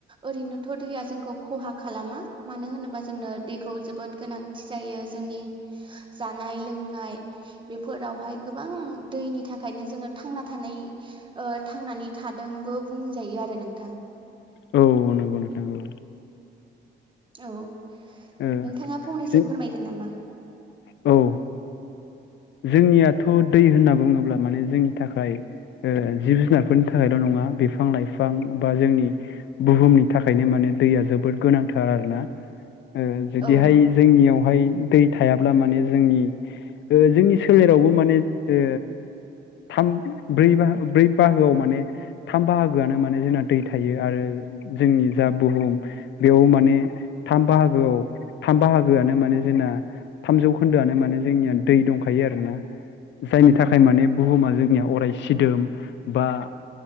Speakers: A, on the right; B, on the left.
A: ओरैनोथ' दैया जोंखौ खहा खालामा मानो होनोबा जोंनो दैखौ जोबोद गोनां थि जायो जोंनि जानाय लोंनाय बेफोरावहाय गोबां दैनि थाखायनो जोङो थांना थानाय थांनानै थादोंबो बुंजायो आरो नोंथां।
B: औ नंगौ नोंथां औ।
A: औ नोंथाङा
B: ओ
A: फंनैसो
B: जों
A: फोरमायगोन नामा?
B: औ ओ जोंनियाथ' दै होनना बुङोब्ला माने जोंनि थाखाय जिब जुनारफोरनि थाखायल' नङा बिफां लाइफां बा जोंनि बुहुमनि थाखायनो माने दैया जोबोद गोनांथार आरो ना। ओं जुदिहाय
A: औ
B: जोंनियावहाय दै थायाब्ला माने जोंनि जोंनि सोलेरावबो माने ए थाम ब्रै बा ब्रै बाहागोआव माने थाम बाहागोआनो माने जोंना दै थायो आरो जोंनि जा बुहुम बेयाव माने थाम बाहागो गोआव थाम बाहागोआनो माने जोंना थामजौ खोन्दोआनो माने जोंनिया दै दंखायो आरोना जायनि थाखाय माने बुहुमा जोंनिया अराय सिदोम बा